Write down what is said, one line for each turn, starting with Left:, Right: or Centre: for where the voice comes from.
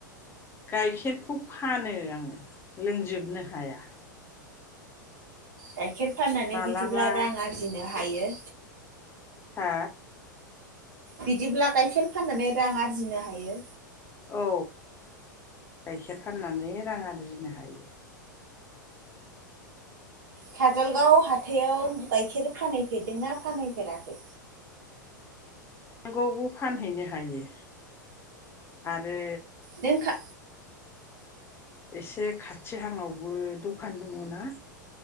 Left: गाइखेरखौ फानो आङो लोंजोबनो हाया
Right: गायखेर फाननानै
Left: मालाबा
Right: बिदिब्ला रां आरजिनो हायो
Left: हा
Right: बिदिब्ला गाइखेर फाननानै रां आरजिनो हायो
Left: औ गाइखेर फाननानै रां आरजिनो हायो
Right: काजलगाव हाथायाव गाइखेर फानफेरदोंना फानहैफेराखै
Left: नांगौबो फानहैनो हायो आरो
Right: नोंखा
Left: एसे खाथिहांङावबो दखान दङ ना